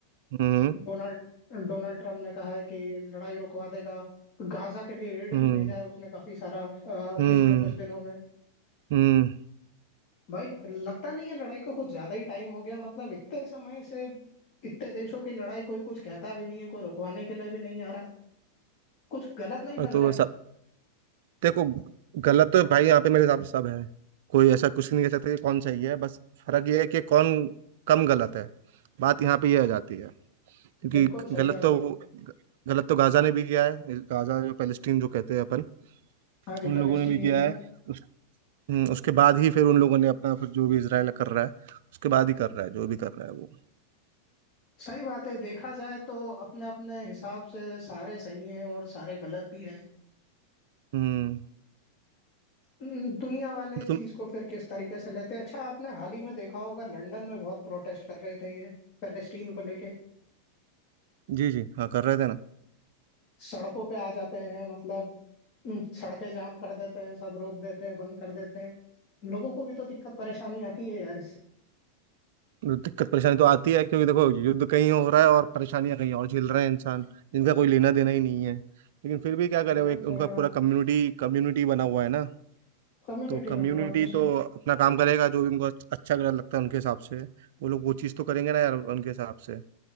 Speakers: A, on the right; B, on the left.
A: हम्म
B: डोनाल्ड डोनाल्ड ट्रम्प ने कहा है कि लड़ाई रुकवा देगा गाजा के लिए एड
A: हम्म
B: भी भेजा है उसने काफी सारा अ,
A: हम्म
B: पिछले कुछ दिनों में
A: हम्म
B: भाई लगता नहीं है लड़ाई को कुछ ज्यादा ही टाइम हो गया मतलब इतने समय से इतने देशों की लड़ाई कोई कुछ कहता भी नहीं है कोई रुकवाने के लिए भी नहीं आ रहा कुछ गलत नहीं लग
A: और तो
B: रहा
A: वो
B: है
A: सब देखो गलत तो भाई यहाँ पे मेरे हिसाब से सब है कोई ऐसा कुछ नहीं कह सकता कि कौन सही है बस फर्क ये है कि कौन कम गलत है बात यहाँ पे ये आ जाती है क्योंकि
B: बिल्कुल सही
A: गलत
B: बात
A: तो
B: है
A: गलत तो गाजा ने भी किया है गाजा जो पैलेस्टीन जो कहते हैं अपन
B: हाँ जी
A: उन
B: पैलेस्टीन
A: लोगों ने भी
B: एरिया
A: किया है हम्म, उसके बाद ही फिर उन लोगों ने अपना फिर जो भी इसराइल कर रहा है उसके बाद ही कर रहा है जो भी कर रहा है वो
B: सही बात है देखा जाए तो अपने अपने हिसाब से सारे सही हैं और सारे गलत भी हैं
A: हम्म
B: हम्म, दुनिया वाले इस
A: तुम
B: चीज को फिर किस तरीके से लेते हैं अच्छा आपने हाल ही में देखा होगा लंदन में बहुत प्रोटेस्ट कर रहे थे ये पैलेस्टीन को लेके
A: जी जी हाँ कर रहे थे ना
B: सड़कों पे आ जाते हैं मतलब हम्म, सड़कें जाम कर देते हैं सब रोक देते हैं बंद कर देते हैं लोगों को भी तो दिक्कत परेशानी आती है यार इससे
A: दिक्कत परेशानी तो आती है क्योंकि देखो युद्ध कहीं हो रहा है और परेशानियां कहीं और झेल रहे हैं इंसान जिनका कोई लेना देना ही नहीं है लेकिन फिर भी क्या करें
B: बिल्कुल
A: वो एक
B: सही
A: उनका पूरा
B: बात
A: कम्युनिटी कम्युनिटी बना हुआ है ना
B: कम्युनिटी
A: तो कम्युनिटी
B: बना हुआ है किसी
A: तो अपना काम करेगा जो भी उनको अच्छा गलत लगता है उनके हिसाब से वो लोग वो चीज़ तो करेंगे ना यार उनके हिसाब से